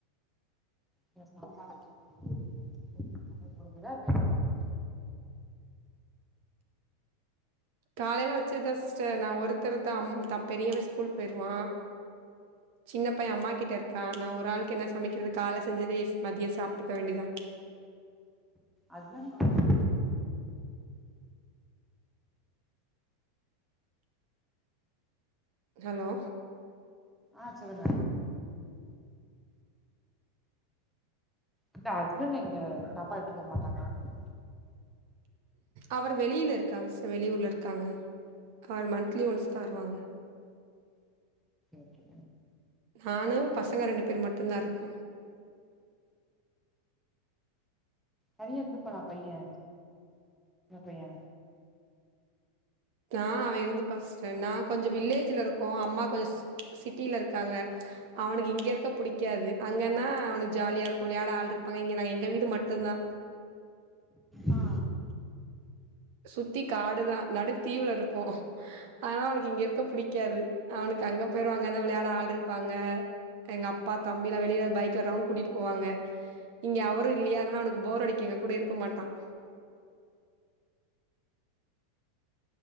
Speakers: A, in the centre; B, on the right.
A: இங்க சாம்பாரு வைச்சி முருங்க கீர பொறியல் உங்க வீட்ல சமையல் முடிஞ்சுதா இனிமேல் தானா
B: காலயில வெச்சசுதா சிஸ்டர் நா ஒருத்தர் தா பெரியவ ஸ்கூல் போயிடுவா சின்ன பைய அம்மா கிட்ட இருக்கா நா ஒரு ஆளுக்கு என்ன சமைக்கிறது கால்ல செஞ்சதே மதியோ சாப்பிட்டுக்க வேண்டியதா
A: அத்தா நமக்குத்
B: ஹலோ
A: ஆ சொல்லுங்க இல்ல ஹஸ்பண்ட் எங்க சப்பாட் எட்துட்டு போக மாட்டாங்ளா கேட்
B: அவர் வெளியில இருக்காங் சிஸ் வெளியூர்ல இருக்காங்க அவர் மன்த்திலி ஒன்ஸ் தா வருவாங்க
A: ஓகேங்க
B: நானு பசங்க ரெண்டு பேர் மட்டுதா இருக்கோ
A: தனியா இருந்துப்பானா பையே சின்ன பையே
B: அ அவே இருந்துப்பா சிஸ்டர் நா கொஞ்சம் வில்லேஜ்ல இருக்கோ அம்மா கொஞ் சிட்டில இருக்காங்க அவனுக்கு இங்க இருக்க பிடிக்காது அங்கன்னா அவனுக்கு ஜாலியா இருக்கோ விளையாட ஆள் இருப்பாங்க இங்க நா எங்க வீடு மட்டுந்தா
A: ஆ
B: சுத்தி காடுதா நடு தீவுல இருப்போ ஆனா அவனுக்கு இங்க இருக்க புடிக்காது அவனுக்கு அங்க போயருவாங்க தான் விளையாட ஆள் இருப்பாங்க எங்க அப்பா தம்பிலா வெளியில பைக்ல ரவுண்ட் கூட்டிட்டு போவாங்க இங்க அவரூம் இல்லயா அதனால அவனுக்கு போர் அடிக்கும் எங்கூடா இருக்காமாட்டான்